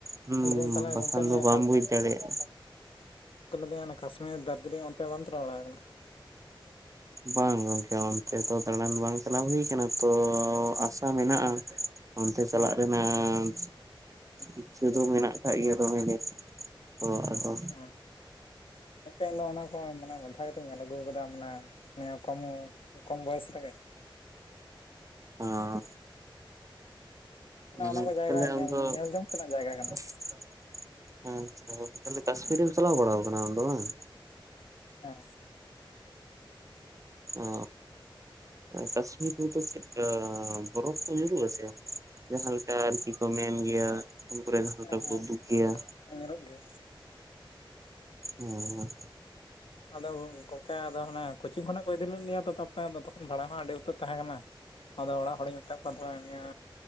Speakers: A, on the right; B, on the left.
A: ᱦᱮ
B: ᱞᱟᱹᱭᱫᱟᱹᱧ ᱛᱟᱦᱚᱞᱮ
A: ᱵᱟᱠᱷᱟᱱ
B: ᱜᱚᱢᱠᱮ ᱱᱤᱭᱟᱹ
A: ᱫᱚ ᱵᱟᱢ ᱵᱩᱡᱽ ᱫᱟᱲᱮᱭᱟᱜᱼᱟ
B: ᱞᱟᱹᱭᱟ ᱠᱟᱥᱢᱤᱨ ᱫᱟᱨᱡᱤᱞᱤᱝ ᱚᱱᱛᱮ ᱵᱟᱢ ᱪᱟᱞᱟᱣ ᱵᱟᱲᱟ ᱟᱠᱟᱱᱟ
A: ᱵᱟᱝ ᱜᱚᱝᱠᱮ ᱚᱱᱛᱮ ᱫᱚ ᱫᱟᱬᱟᱱ ᱵᱟᱝ ᱪᱟᱞᱟᱣ ᱦᱩᱭ ᱠᱟᱱᱟ ᱛᱚᱸ ᱟᱥᱟ ᱢᱮᱱᱟᱜᱼᱟ ᱚᱱᱛᱮ ᱪᱟᱞᱟᱜ ᱨᱮᱱᱟᱜ ᱤᱪᱷᱟᱹ ᱫᱚ ᱢᱮᱱᱟᱜ ᱠᱟᱜ ᱜᱮᱭᱟ ᱫᱚᱢᱮᱜᱮ ᱚ ᱟᱫᱚ
B: ᱦᱮᱸ ᱤᱧ ᱫᱚ ᱚᱱᱟ ᱠᱚ ᱢᱮ ᱢᱮᱛᱷᱟ ᱠᱟᱛᱮᱧ ᱧᱮᱞ ᱟᱹᱜᱩ ᱟᱠᱟᱫᱟ ᱢᱟᱱᱮ ᱱᱤᱭᱟᱹ ᱠᱚᱢ ᱠᱚᱢ ᱵᱚᱭᱚᱥ ᱨᱮᱜᱮ
A: ᱚᱸ
B: ᱚᱱᱮ
A: ᱦᱮᱸ
B: ᱚᱱᱟ ᱠᱚ ᱡᱟᱭᱜᱟ
A: ᱛᱟᱦᱮ
B: ᱧᱮᱞ
A: ᱟᱢᱫᱚ <unintelligible>
B: ᱧᱮᱞ ᱡᱚᱝ ᱛᱮᱱᱟᱜ ᱡᱟᱭᱜᱟ ᱠᱟᱱᱟ
A: ᱪᱟᱦᱮ ᱠᱟᱥᱯᱤᱨᱢ ᱪᱟᱞᱟᱣ ᱵᱟᱲᱟ ᱟᱠᱟᱱᱟ ᱟᱢ ᱫᱚ ᱵᱟᱝ?
B: ᱦᱮ
A: ᱚ ᱠᱟᱥᱢᱤᱨ ᱨᱮ ᱪᱚ ᱵᱚᱨᱯᱷ ᱠᱚ ᱡᱟᱹᱨᱩ ᱟᱜ ᱥᱮ ᱡᱟᱦᱟᱸᱞᱮ ᱞᱮᱠᱟ ᱟᱨᱠᱤ ᱠᱚ ᱢᱮᱱ ᱜᱮᱭᱟ᱾ ᱯᱷᱚᱱ ᱠᱚᱨᱮ ᱡᱟᱦᱟᱸ ᱞᱮᱠᱟ
B: ᱦᱮᱸ
A: ᱵᱚᱱ ᱩᱫᱩᱠ ᱜᱮᱭᱟ᱾
B: ᱦᱮᱸ ᱧᱮᱞᱚᱜ ᱜᱮ
A: ᱦᱚᱸ
B: ᱟᱫᱚ ᱜᱚᱝᱠᱮ ᱟᱫᱚ ᱦᱟᱱᱮ ᱠᱳᱪᱤᱝ ᱠᱷᱚᱱᱟᱜ ᱠᱚ ᱤᱫᱤ ᱞᱮᱫ ᱞᱮᱭᱟ ᱛᱯᱚᱨᱮ ᱛᱚᱠᱷᱚᱱ ᱵᱷᱟᱲᱟ ᱦᱚᱸ ᱟᱹᱰᱤ ᱩᱛᱟᱹᱨ ᱛᱟᱦᱮᱸ ᱠᱟᱱᱟ᱾ ᱟᱫᱚ ᱚᱲᱟᱜ ᱦᱚᱲᱤᱧ ᱢᱮᱛᱟᱫ ᱠᱟᱱ ᱛᱟᱦᱮᱱᱟ ᱱᱤᱭᱟᱹ